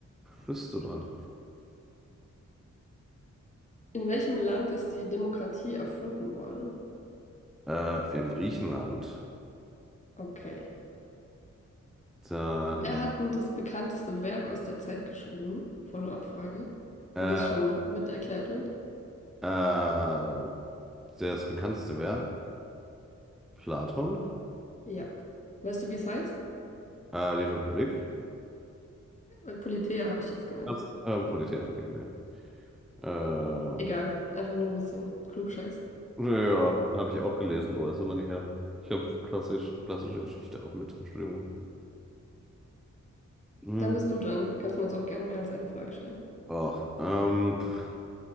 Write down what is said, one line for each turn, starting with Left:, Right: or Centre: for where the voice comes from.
Centre: bist du dran.
Left: In welchem Land ist die Demokratie erfunden worden?
Centre: Äh, in Griechenland.
Left: Okay.
Centre: Dann,
Left: Wer hat denn das bekannteste Werk aus der Zeit geschrieben? Follow-up-Frage,
Centre: äh,
Left: wo das schon mit erklärt wird.
Centre: äh, das bekannteste Werk, Platon,
Left: Ja. Weißt du, wie es heißt?
Centre: äh, die Republik.
Left: Äh, Politeia habe ich jetzt gemeint.
Centre: Also, ähm, Politär, okay, nee. Ähm,
Left: Egal, einfach nur ein bisschen klugscheißen.
Centre: ja, habe ich auch gelesen, aber ist so lange her. Ich habe klassisch, klassische Geschichte auch mit im Studium gehabt. Mhm.
Left: Dann bist du dran. Kannst mir jetzt auch gerne mehr als eine Frage stellen.
Centre: Ach, ähm, pff,